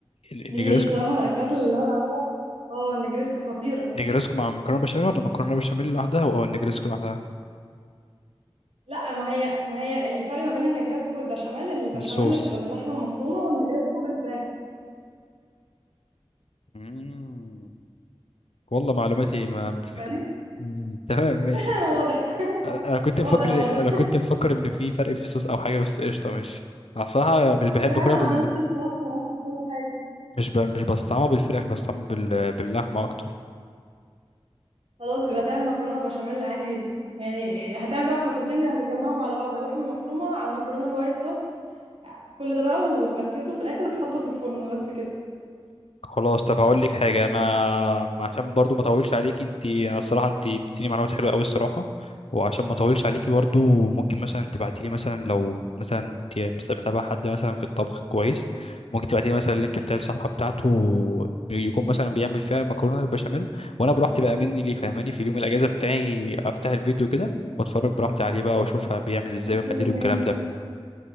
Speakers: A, on the left; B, on the right.
A: ال- النجريسكو
B: دي الصراحه من الاكلات اللي انا بعملها اه النجريسكو خطيره
A: النجريسكو مع مكرونة بشاميل ولا مكرونة بشاميل لوحدها أو النجريسكو لوحدها
B: لا ما هي ما هي الفرق ما بين النجريسكو والبشاميل البشاميل
A: الصوص
B: بتبقى باللحمه المفرومه والنجريسكو بالفراخ
A: مم. والله معلوماتي ما ما في-
B: فاهم
A: مم. تمام ماشي
B: <laughs> واضح
A: انا كنت
B: واضح
A: مفكر
B: واضح
A: انا كنت مفكر ان في فرق في الصوص او حاجه بس قشطه ماشي انا صراحه مش بحب
B: لا
A: اكلها
B: لا
A: بال
B: هو نفس الصلصة ونفس كل حاجة
A: مش ب... مش بستعملها بالفراخ بستعملها بال... باللحمه اكتر
B: خلاص يبقى تعمل مكرونه بشاميل عادي جدا يعني إيه، هتعمل بقى خطوتين هتجمعهم على بعض اللحمه مفرومه على المكرونه الوايت صوص كل ده بقى وتمكسه في الاخر وتحطه في الفرن بس كده
A: خلاص طب هقول لك حاجه انا عشان برضو ما اطولش عليكي انت انا الصراحه انت اديتيني معلومات حلوه قوي الصراحه وعشان ما اطولش عليكي برضو ممكن مثلا تبعتي لي مثلا لو مثلا انت مثلا بتابع حد مثلا في الطبخ كويس ممكن تبعتي لي مثلا اللينك بتاع الصفحه بتاعته يكون مثلا بيعمل فيها المكرونه البشاميل وانا براحتي بقى مني ليه فاهماني في اليوم الاجازه بتاعي افتح الفيديو كده واتفرج براحتي عليه بقى واشوف بيعمل ازاي
B: اوكي
A: ومقاديره
B: ماشي
A: والكلام ده